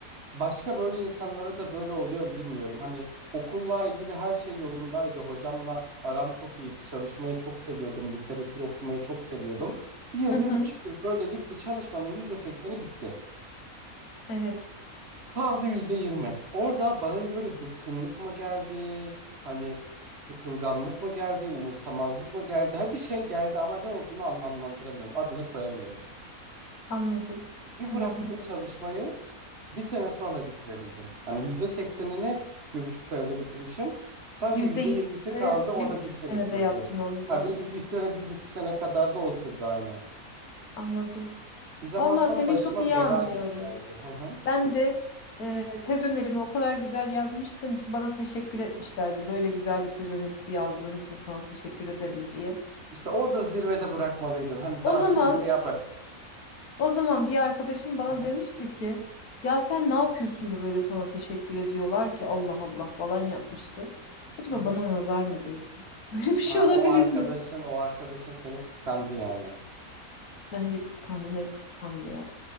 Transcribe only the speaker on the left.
Hı hı.
Evet.
Anladım.
Anladım
ne demek
istediğini.
Yüzde
yirmisini
bir
buçuk
senede
yaptın onu
da.
Anladım.
Valla
seni
çok iyi
anlıyorum.
Ben de e, tez önerimi o kadar güzel yazmıştım ki bana teşekkür etmişlerdi. Böyle güzel bir tez önerisi yazdığın için sana teşekkür ederim diye.
O
zaman
o zaman bir arkadaşım bana
demişti ki ya sen ne yapıyorsun da böyle sana teşekkür ediyorlar ki Allah Allah falan yapmıştı. Acaba
bana nazar mı değdi? <laughs> Böyle bir şey
olabilir
mi?
Bence kıskandı, net kıskandı ya.